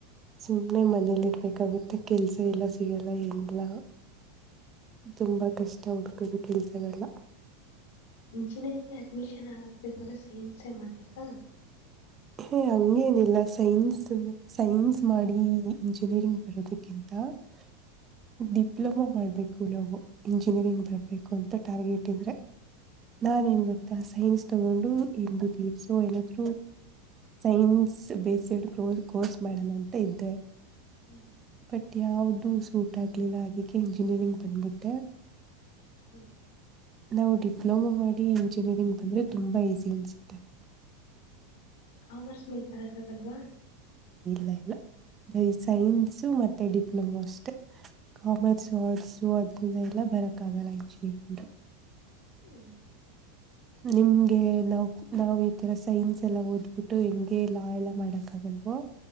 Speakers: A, on the right; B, on the left.
A: ಸುಮ್ನೆ ಮನೇಲಿ ಇರ್ಬೇಕಾಗುತ್ತೆ ಕೆಲ್ಸ ಎಲ್ಲ ಸಿಗಲ್ಲ ಎಲ್ಲ ತುಂಬಾ ಕಷ್ಟ ಹುಡುಕದು ಕೆಲ್ತಾರಲ್ಲ
B: ಇಂಜಿನಿಯರಿಂಗ್ಗೆ ಅಡ್ಮಿಷನ್ ಆಗಕ್ಬೇಕು ಅಂದ ಸೈನ್ಸೇ ಮಾಡ್ಬೇಕಾ
A: ಹ ಹಂಗೇನಿಲ್ಲ ಸೈನ್ಸ್ ಸೈನ್ಸ್ ಮಾಡಿ ಇಂಜಿನಿಯರಿಂಗ್ ಬರೋದಕ್ಕಿಂತ ಹಾ ಡಿಪ್ಲೊಮೋ ಮಾಡ್ಬೇಕು ನಾವು ಇಂಜಿನಿಯರಿಂಗ್ ಬರ್ಬೇಕು ಅಂತ ಟಾರ್ಗೆಟ್ ಇದ್ರೆ ನಾ ಏನ್ ಬತಾ ಸೈನ್ಸ್ ತಗೊಂಡು ಎಂದು ತಿಸೋ ಏನಾದ್ ಸೈನ್ಸ್ ಬೇಸಿಡ್ ಕ ಕೋರ್ಸ್ ಮಾಡೋಣ ಅಂತ ಇದ್ದೆ
B: ಹ್ಮ್
A: ಬಟ್ ಯಾವ್ದೂ ಸೂಟ್ ಆಗ್ಲಿಲ್ಲ ಅದಕ್ಕೆ ಇಂಜಿನಿಯರಿಂಗ್ ಬಂದ್ಬಿಟ್ಟೆ
B: ಹ್ಮ್
A: ನಾವು ಡಿಪ್ಲೊಮಾ ಮಾಡಿ ಇಂಜಿನಿಯರಿಂಗ್ ಬಂದ್ರೆ ತುಂಬಾ ಈಸಿ ಅನ್ಸುತ್ತೆ <inaudible>
B: ಕಾಮರ್ಸ್ ಮಿಲ್ ಬರಕ್ಕ ಆಗಲ್ವಾ
A: ಲಲ್ಲ ಬೈ ಸೈನ್ಸ ಮತ್ತೆ ಡಿಪ್ಲೊಮಾ ಅಷ್ಟೆ ಕಾಮರ್ಸ್ ಆರ್ಟ್ಸ್ ಅದ್ರಂದ ಎಲ್ಲ ಬರಕ್ಕಾಗಲ್ಲ ಇಂಚಿನು
B: ಹ್ಮ್
A: ನಿಮ್ಗೆ ನಾವ್ ನಾವ್ ಈತರ ಸೈನ್ಸ್ ಎಲ್ಲ ಓದ್ಬಿಟ್ಟು ಹೆಂಗೆ ಲಾ ಎಲ್ಲ ಮಾಡಕ್ ಆಗಲ್ಲ